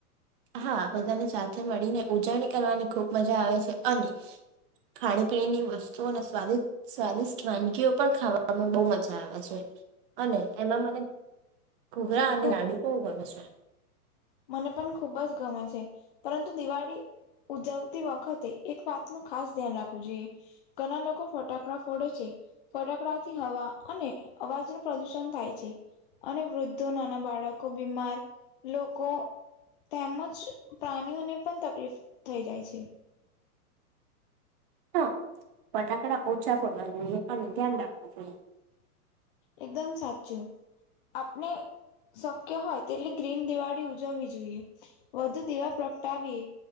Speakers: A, on the right (about 35°); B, on the left (about 35°).
A: હા બધાને સાથે મળીને ઉજવણી કરવાની ખૂબ મજા આવે છે, અને- ખાણી પીણીની વસ્તુઓને સ્વાદિત - સ્વાદિષ્ટ વાનગીઓ પણ ખાવામાં બહુ મજા આવે છે. અને એમાં મને ઘૂઘરા અને
B: ખૂબ
A: લાડુ બહુ ગમે છે.
B: મને પણ ખુબ જ ગમે છે, પરંતુ દિવાળી ઉજવતી વખતે એક વાત નું ખાસ ધ્યાન રાખવું જોઈએ- ઘણા લોકો ફટાકડા ફોડે છે. ફટાકડાથી હવા અને અવાજનું પ્રદુષણ થાય છે. અને વૃદ્ધો નાના બાળકો બીમાર- લોકો તેમજ પ્રાણીઓને પણ તકલીફ થઈ જાય છે-
A: હા ફટાકડા ઓછા ફરવા જોઈએ અને ધ્યાન રાખવું જોઈએ-
B: એકદમ સાચું- આપણે શક્ય હોય તે એટલે ગ્રીન દિવાળી ઉજવવી જોઈએ- વધુ દીવા પ્રગટાવી